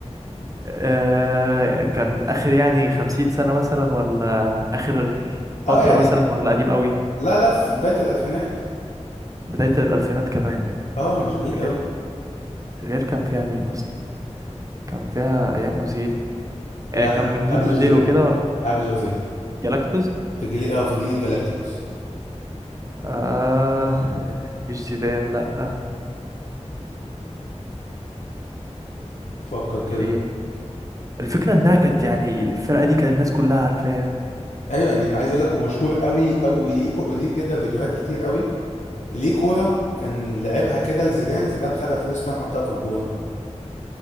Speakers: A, on the right (about 30°); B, on the left (about 85°).
A: آه كان اخر يعني خمسين سنة مثلا ولا اخر فترة
B: اه يعني
A: مثلا ولا قديم قوي
B: لا لا في بداية الألفينات
A: بداية الالفينات كمان
B: اه مش بعيد
A: الريال
B: قوي
A: الريال كان فيها مين اصلا كان فيها ايام اوزيل آه
B: لا
A: كان
B: قبل
A: من جيل
B: قبل
A: اوزيل
B: أوزيل
A: وكده ولا
B: قبل أوزيل
A: جالاكتوس
B: في جيل اه في جيل الجالاكتيكوس
A: آه مش زيدان لأ
B: فكر كده
A: في الفكرة إنها كانت يعني الفرقة دي كان الناس كلها عارفاها
B: ايوه يعني عايز اقول لك ومشهور قوي قوي وليه كو- وليه كده فيديوهات كتير قوي ليه كورة كان لعبها كده لزيدان زيدان خدها فيرست تايم حطها في الجون